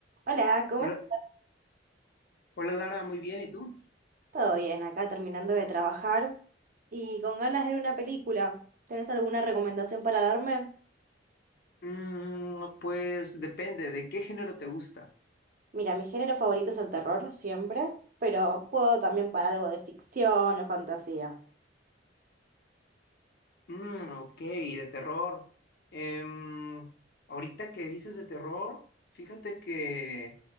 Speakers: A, on the right; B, on the left.
A: Hola, ¿cómo
B: Hola,
A: estás?
B: hola, Lara, muy bien, ¿y tú?
A: ¿Todo bien? Acá terminando de trabajar y con ganas de ver una película. ¿Tenés alguna recomendación para darme?
B: Mm, pues depende, ¿de qué género te gusta?
A: Mira, mi género favorito es el terror, siempre, pero puedo también para algo de ficción o fantasía.
B: Mm, ok, de terror. Em, ahorita que dices de terror, fíjate que